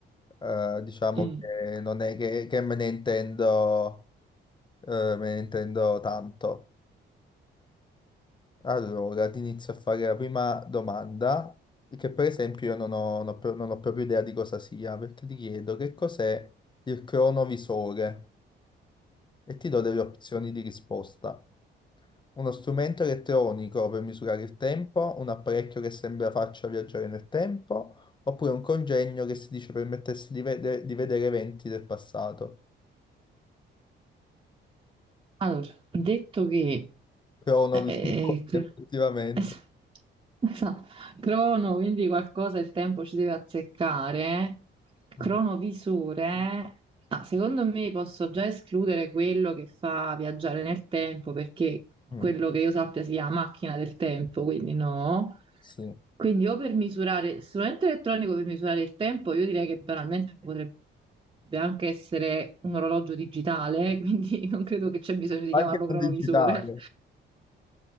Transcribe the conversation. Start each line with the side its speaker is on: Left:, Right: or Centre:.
Left: Eh, diciamo
Right: Mm.
Left: che non è che, che me ne intendo, eh, me ne intendo tanto. Allora, ti inizio a fare la prima domanda, che per esempio io non ho, non ho pro- non ho proprio idea di cosa sia, perché ti chiedo che cos'è il cronovisore e ti do delle opzioni di risposta. Uno strumento elettronico per misurare il tempo, un apparecchio che sembra faccia viaggiare nel tempo, oppure un congegno che si dice permettesse di vede- di vedere eventi del passato.
Right: Allora, detto che
Left: però ho novità,
Right: Eh, eh, cr-
Left: effettivamente.
Right: <laughs> Esatto. Crono, quindi qualcosa il tempo ci deve azzeccare. Cronovisore.
Left: Mm,
Right: Ah, secondo me posso già escludere quello che fa viaggiare nel tempo, perché
Left: mm,
Right: quello che io sappia sia macchina del tempo, quindi no.
Left: sì.
Right: Quindi o per misurare il strumento elettronico per misurare il tempo, io direi che banalmente potrebbe anche essere un orologio digitale, quindi <laughs> non credo che c'è bisogno di
Left: Anche
Right: chiamarlo cronovisore.
Left: non digitale.